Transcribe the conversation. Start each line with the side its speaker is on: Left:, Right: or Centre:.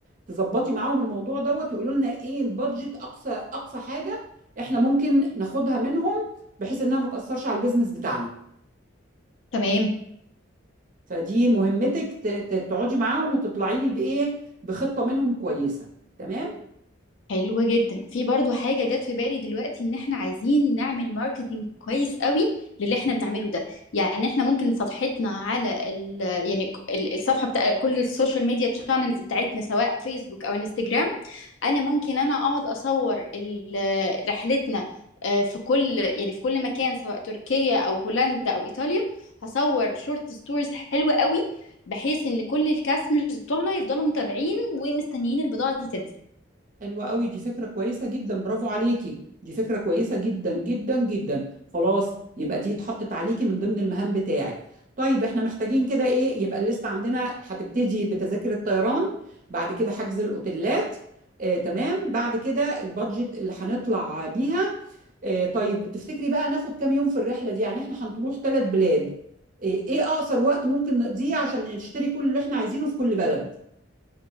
Right: تظبطي معاهم الموضوع دوت ويقولوا لنا ايه البادجت اقصى اقصى حاجه احنا ممكن ناخدها منهم بحيث انها ما تاثرش على البيزنس بتاعنا
Left: تمام
Right: فدي مهمتك ت- ت- تقعدي معاهم وتطلعي لي بايه بخطه منهم كويسه تمام
Left: حلو جدا في برضو حاجة جت في بالي دلوقتي ان احنا عايزين نعمل ماركتينج كويس قوي للي احنا بنعمله ده يعني احنا ممكن صفحتنا على ال يعني ك- ال- الصفحة بتاع كل السوشيال ميديا تشانلز بتاعتنا سواء فيسبوك او انستجرام انا ممكن انا اقعد اصور ال- رحلتنا آه، في كل يعني في كل مكان سواء تركيا او هولندا او ايطاليا هصور شورت ستوريز حلوة قوي بحيث ان كل الكاستمرز بتوعنا يفضلوا متابعين ومستنيين البضاعة دي تنزل
Right: حلوه قوي دي فكره كويسه جدا برافو عليكي دي فكره كويسه جدا جدا جدا خلاص يبقى دي اتحطت عليكي من ضمن المهام بتاعك طيب احنا محتاجين كده ايه يبقى الليست عندنا هتبتدي بتذاكر الطيران بعد كده حجز الاوتيلات آه تمام بعد كده البادجت اللي هنطلع بيها آه، طيب تفتكري بقى ناخد كام يوم في الرحلة دي يعني احنا هنروح ثلاث بلاد آه، ايه اقصر وقت ممكن نقضيه عشان نشتري كل اللي احنا عايزينه في كل بلد